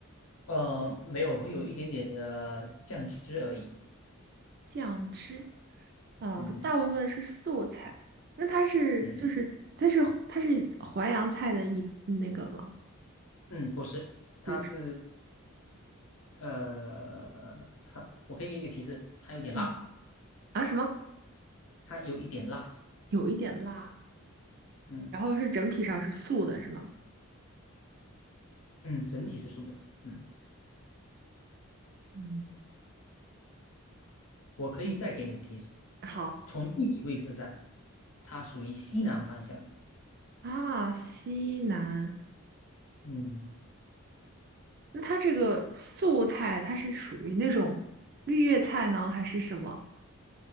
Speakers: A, on the left (about 65°); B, on the right (about 45°).
A: 呃没有会有一点点的酱汁而已，
B: 酱汁，嗯，
A: 嗯
B: 大部分是素菜。那它是就是它是它是淮扬菜的一那个吗？
A: 嗯嗯不是，它是
B: 不是，
A: 呃它我可以给你一个提示，它有点辣，
B: 嗯啊什么？
A: 它有一点辣，
B: 有一点辣，
A: 嗯
B: 然后是整体上是素的，是吗？
A: 嗯整体是素的，嗯
B: 嗯，
A: 我可以再给你一个提示，
B: 嗯，好
A: 从地理位置上，它属于西南方向的，
B: 啊，西南。
A: 嗯。
B: 那它这个素菜，它是属于那种绿叶菜呢，还是什么？